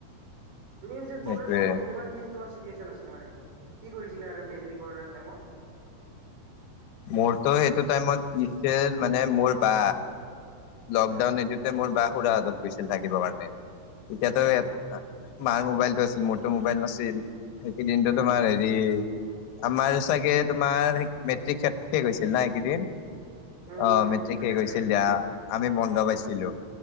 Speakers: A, on the right; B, on the left.
A: তুমি পিছে
B: সেইটোয়ে।
A: কৰোণাৰ টাইমত কেনেকুৱা কি তোমাৰ চিটোয়েচন আছিল মানে কি কৰিছিলা মেইনলি কৰোণাৰ টাইমত
B: মোৰতো সেইটো টাইমত কি হৈছিল মানে মোৰ বা লকডাউন
A: উম,
B: নিদিওতে মোৰ বা খুৰা হত গৈছিল থাকিবৰ কাৰণে তেতিয়াতো
A: উম,
B: মাৰ মোবাইলটো আছিল মোৰতো মোবাইল নাছিল সেইকেইদিনটো
A: উম,
B: তোমাৰ হেৰি আমাৰ চাগে তোমাৰ মেট্ৰিক শেষ শেষ হৈছিল না সেইকেইদিন
A: উম,
B: অহ
A: উম।
B: মেট্ৰিক
A: নাটক
B: শেষ হৈছিল দিয়া আমি বন্ধ পাইছিলো